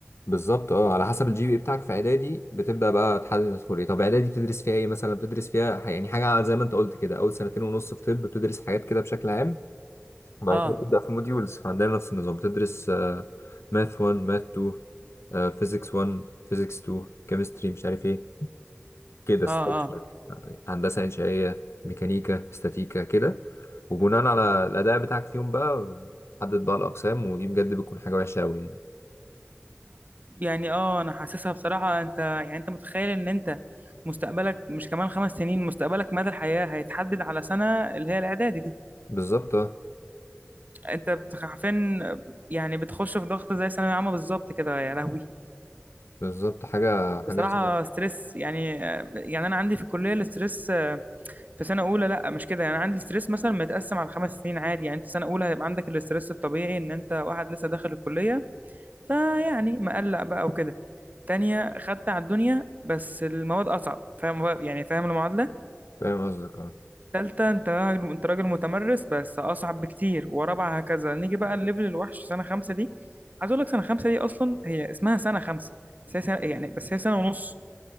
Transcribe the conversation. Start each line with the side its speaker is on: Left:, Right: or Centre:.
Left: بالظبط اه على حسب الجي بي بتاعك في اعدادي بتبدا بقى تحدد تدخل ايه طب اعدادي بتدرس فيها ايه مثلا بتدرس فيها ح- يعني حاجه زي ما انت قلت كده اول سنتين ونص في طب بتدرس حاجات كده بشكل عام وبعد
Right: اه
Left: كده بتبدا في الموديولز فعندنا نفس النظام بتدرس ماث 1 ماث 2 فيزيكس 1 فيزيكس 2 كيمستري مش عارف ايه كده ستراكشر
Right: اه اه
Left: هندسه انشائيه ميكانيكا استاتيكا كده وبناء على الاداء بتاعك فيهم بقى حدد بقى الاقسام ودي بجد بتكون حاجه وحشه قوي يعني
Right: يعني اه انا حاسسها بصراحة انت يعني انت متخيل ان انت مستقبلك مش كمان خمس سنين مستقبلك مدى الحياة هيتحدد على سنة اللي هي الاعدادي دي
Left: بالظبط اه
Right: انت بتخ- حرفيا يعني بتخش في ضغط زي ثانوية عامة بالظبط كده يا لهوي
Left: بالظبط حاجه حاجه
Right: بصراحة
Left: صعبه
Right: ستريس يعني يعني أنا عندي في الكلية الاستريس آه، في سنة أولى لا مش كده يعني عندي الاستريس مثلا متقسم على خمس سنين عادي يعني أنت سنة أولى هيبقى عندك الاستريس الطبيعي إن أنت واحد لسه داخل الكلية فيعني مقلق بقى وكده تانية خدت على الدنيا بس المواد أصعب فاهم بقى- يعني فاهم المعادلة
Left: فاهم قصدك اه
Right: تالتة أنت راجل أنت راجل متمرس بس أصعب بكتير ورابعة هكذا نيجي بقى الليفل الوحش سنة خمسة دي عايز أقول لك سنة خمسة دي أصلا هي اسمها سنة خمسة بس هي سنة يعني بس هي سنة ونص